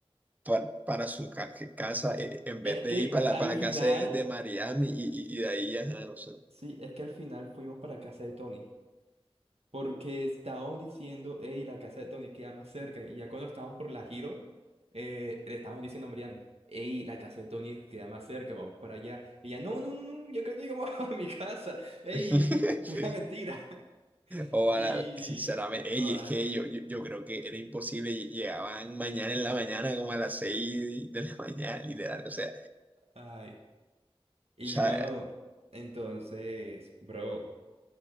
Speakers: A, on the right; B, on the right.
A: pa- para su ca- casa eh, en vez
B: Es
A: de
B: que
A: ir para
B: al
A: la, para la
B: final
A: casa de, de Mariami y, y, y de ahí, ajá, o sea.
B: Sí, es que al final fuimos para casa de Tony, porque estábamos diciendo, hey, la casa de Tony queda más cerca, y ya cuando estábamos por la Giro, eh, le estábamos diciendo a Marian, hey, la casa de Tony queda más cerca, vamos para allá. Y ella, no, no, no, no, ya casi llegamos <laughs> a mi casa, hey,
A: <laughs>
B: <laughs> pura mentira. <laughs>
A: O
B: Y,
A: a la- sinceramente, ey,
B: joda,
A: es que yo, yo, yo creo que era imposible, lle- llegaban mañana en la mañana, como a las seis de la <laughs> mañana, literal, o sea,
B: ay. Y
A: o sea,
B: bueno, entonces, bro.